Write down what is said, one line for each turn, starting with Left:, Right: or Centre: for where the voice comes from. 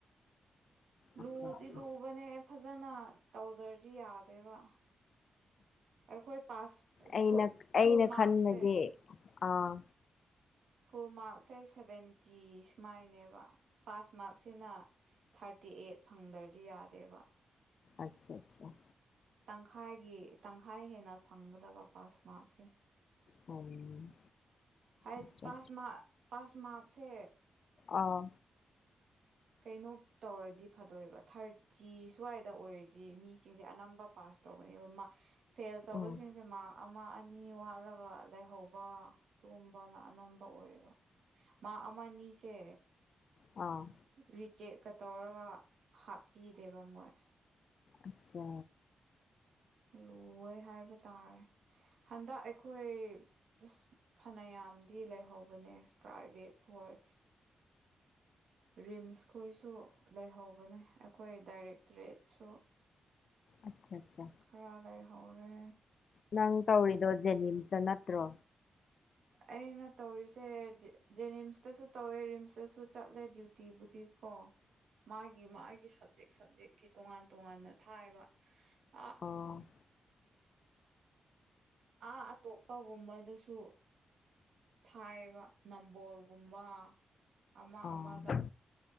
Right: ꯂꯨꯗꯤ
Left: ꯑꯆꯥ ꯑꯆꯥ
Right: ꯂꯨꯕꯅꯦ ꯐꯖꯅ ꯇꯧꯗꯔ ꯗꯤ ꯌꯥꯗꯦꯕ ꯑꯩꯈꯣꯏ ꯄꯥꯁ
Left: ꯑꯩꯅ
Right: ꯐꯨꯜ ꯐꯨꯜ
Left: ꯑꯩꯅ
Right: ꯃꯥꯛꯁꯦ
Left: ꯈꯟꯕꯗꯤ ꯑꯥ
Right: ꯐꯨꯜ ꯃꯥꯔꯛꯁꯦ ꯁꯚꯦꯟꯇꯤ ꯁꯨꯃꯥꯏꯅꯦꯕ ꯄꯥꯁ ꯃꯥꯛꯁꯤꯅ ꯊꯥꯔꯇꯤ ꯑꯦꯠ ꯐꯪꯗꯔꯗꯤ ꯌꯥꯗꯦꯕ
Left: ꯑꯆꯥ ꯆꯥ ꯆꯥ
Right: ꯇꯪꯈꯥꯏꯒꯤ ꯇꯪꯈꯥꯏ ꯍꯦꯟꯅ ꯐꯪꯒꯗꯕ ꯄꯥꯁ ꯃꯥꯔꯛꯁꯦ
Left: ꯎꯝ
Right: ꯍꯩꯠ
Left: ꯑꯆꯥ
Right: ꯄꯥꯁ ꯃꯥꯛ ꯄꯥꯁ ꯃꯥꯛꯁꯦ
Left: ꯑꯥ
Right: ꯀꯩꯅꯣ ꯇꯧꯔꯗꯤ ꯐꯗꯣꯏꯕ ꯊꯥꯔꯇꯤ ꯁ꯭ꯋꯥꯏꯗ ꯑꯣꯏꯔꯗꯤ ꯃꯤꯁꯤꯡꯁꯦ ꯑꯅꯝꯕ ꯄꯥꯁ ꯇꯧꯒꯅꯦꯕ ꯃꯥ ꯐꯦꯜ ꯇꯧꯕꯁꯤꯡꯖꯦ
Left: ꯎꯝ
Right: ꯃꯥ ꯑꯝ ꯃꯥ ꯑꯅꯤ ꯋꯥꯠꯂꯒ ꯂꯩꯍꯧꯕ ꯑꯗꯨꯒꯨꯝꯕꯅ ꯑꯅꯝꯕ ꯑꯣꯏꯌꯦꯕ ꯃꯥꯛ ꯑꯃ ꯅꯤꯁꯦ
Left: ꯑ
Right: ꯔꯤꯆꯦꯛꯀ ꯇꯧꯔꯒ ꯍꯥꯞꯄꯤꯗꯦꯕ ꯃꯣꯏ
Left: ꯑꯆꯥ
Right: ꯍꯨꯏ ꯂꯣꯏ ꯍꯥꯏꯕ ꯇꯥꯔꯦ ꯍꯟꯗꯛ ꯑꯩꯈꯣꯏ ꯄꯤꯁ ꯐꯅꯌꯥꯝꯗꯤ ꯂꯩꯍꯧꯕꯅꯦ ꯄ꯭ꯔꯥꯏꯚꯦꯠ ꯈꯣꯏ ꯔꯤꯝꯁ ꯈꯣꯏꯁꯨ ꯂꯩꯍꯧꯕꯅꯦ ꯑꯩꯈꯣꯏ ꯗꯥꯏꯔꯦꯛꯇꯔꯦꯠꯁꯨ
Left: ꯑ ꯑꯆꯥ ꯆꯥ
Right: ꯈꯔ ꯂꯩꯍꯧꯔꯦ
Left: ꯅꯪ ꯇꯧꯔꯤꯗꯣ ꯖꯦꯅꯤꯝꯁ ꯅꯠꯇ꯭ꯔꯣ
Right: ꯑꯩꯅ ꯇꯧꯔꯤꯁꯦ ꯖꯦ ꯖꯦꯅꯤꯝꯁꯇꯁꯨ ꯇꯧꯋꯦ ꯔꯤꯝꯁꯇꯁꯨ ꯆꯠꯂꯦ ꯗ꯭ꯌꯨꯇꯤꯕꯨꯗꯤ ꯀꯣ ꯃꯥꯒꯤ ꯃꯥꯒꯤ ꯁꯕꯖꯦꯛ ꯁꯕꯖꯦꯛꯀꯤ ꯇꯣꯉꯥꯟ ꯇꯣꯉꯥꯟꯅ ꯊꯥꯏꯌꯦꯕ ꯑ
Left: ꯑꯣ
Right: ꯑꯥ ꯑꯇꯣꯞꯄꯒꯨꯝꯕꯗꯁꯨ ꯊꯥꯏꯌꯦꯕ ꯅꯝꯕꯣꯜꯒꯨꯝꯕ ꯑꯃ
Left: ꯑꯣ
Right: ꯑꯃꯗ
Left: ꯑꯆꯥ